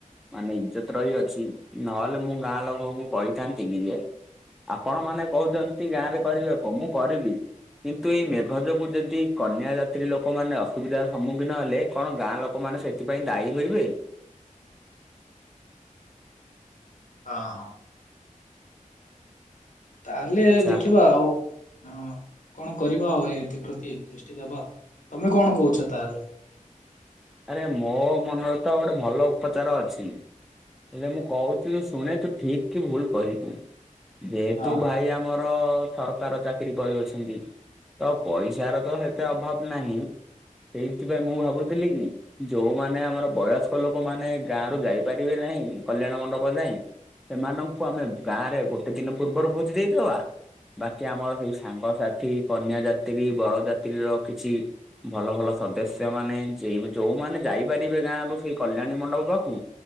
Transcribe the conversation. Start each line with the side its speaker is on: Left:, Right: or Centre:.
Centre: ମାନେ ଇଜ୍ଜତ ରହିଅଛି ନହେଲେ ମୁଁ ଗାଁ ଲୋକଙ୍କୁ କହିଥାନ୍ତି କି ଯେ? ଆପଣ ମାନେ କହୁଛନ୍ତି ଗାଁ ରେ କରିବାକୁ ମୁଁ କରିବି। କିନ୍ତୁ ଏଇ ମେଘ ଯୋଗୁ ଯଦି କନ୍ୟା ଯାତ୍ରୀ ଲୋକମାନେ ଅ ଅସୁବିଧାର ସମ୍ମୁଖୀନ ହେଲେ କଣ ଗାଁ ଲୋକମାନେ ସେଥିପାଇଁ ଦାୟୀ ହୋଇବେ?
Left: ହଁ ହଁ। ତାହେଲେ
Centre: ଆଚ୍ଛା
Left: ଦେଖିବ ଆଉ ହଁ କଣ କରିବା ଆଉ ଏ ଏତିକତି ଦୃଷ୍ଟି ଦେବା ତମେ କଣ କହୁଛ ତାହେଲେ।
Centre: ଆରେ ମୋ ମନରେ ତ ଗୋଟେ ଭଲ ଉପଚାର ଅଛି। ହେଲେ ମୁଁ କହୁଛିୁ ଶୁଣେ ତୁ ଠିକ କି ଭୁଲ କହିବୁ ଯେହେତୁ
Left: ହଁ।
Centre: ଭାଇ ଆମର ସରକାର ଚାକିରି କରିଅଛନ୍ତି। ତ ପଇସାର ତ ସେତେ ଅଭାବ ନାହିଁ ସେଇଥିପାଇଁ ମୁଁ ଭାବୁଥିଲି କି? ଯୋଉମାନେ ଆମର ବୟସ୍କ ଲୋକମାନେ ଗାଁ ରୁ ଯାଇପାରିବେ ନାହିଁ କଲ୍ୟାଣ ମଣ୍ଡପ ଯାଏ। ସେମାନଙ୍କୁ ଆମେ ଗାଁ ରେ ଗୋଟେ ଦିନ ପୂର୍ବରୁ ଭୋଜି ଦେଇଦବା। ବାକି ଆମର ସେଇ ସାଙ୍ଗସାଥି କନ୍ୟା ଯାତ୍ରୀ ବରଯାତ୍ରୀର କିଛି ଭଲ ଭଲ ସଦସ୍ୟ ମାନେ ଯେ ଯୋଉମାନେ ଯାଇପାରିବେ ଗାଁ ରୁ ସେଇ କଲ୍ୟାଣୀ ମଣ୍ଡପ ପାକୁ